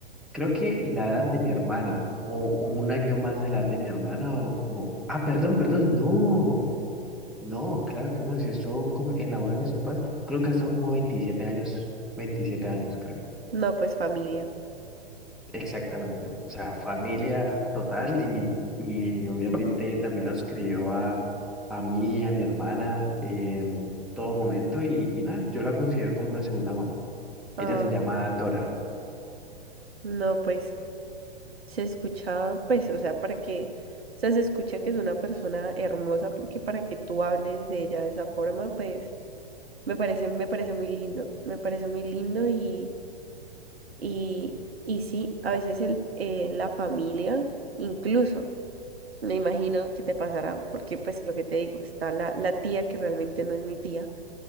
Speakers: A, in the centre; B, on the right.
A: creo que la edad de mi hermana o, o un año más de la edad de mi hermana o, o- ah, perdón, perdón, no, no, claro que no. Si estuvo con- en la boda de mis papás, creo que ha estado como 27 años, 27 años, creo.
B: No, pues familia.
A: Exactamente, o sea, familia total y, y obviamente también nos crió a, a mí, a mi hermana en todo momento y, y nada, yo la considero como una segunda mamá.
B: Ay,
A: Ella se llama Dora.
B: no, pues se escucha, pues, o sea, para que, o sea, se escucha que es una persona hermosa, porque para que tú hables de ella de esa forma, pues, me parece, me parece muy lindo, me parece muy lindo y, y, y sí, a veces el, eh, la familia, incluso, me imagino que te pasará, porque pues lo que te digo, está la, la tía que realmente no es mi tía